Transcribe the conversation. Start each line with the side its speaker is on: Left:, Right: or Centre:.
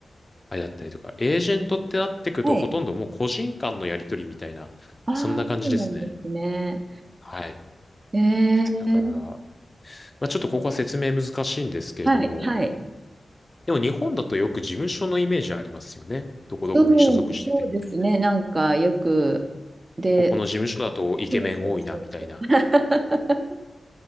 Left: あれだったりとか、エージェントってなってくと、
Right: はい。
Left: ほとんどもう個人間のやり取りみたいな、
Right: ああ、
Left: そんな感じですね。
Right: そうなんですね。
Left: ははい。い。
Right: ええ
Left: だから、まあ、ちょっとここは説明難しいんですけれども、
Right: はい、はい。
Left: でも日本だとよく事務所のイメージありますよね。どこどこに所属しててみたいな。
Right: そう、そうですね。なんかよく、で、
Left: ここの事務所だとイケメン多いな、
Right: そうそうそうそう。
Left: みたいな。
Right: <laughs>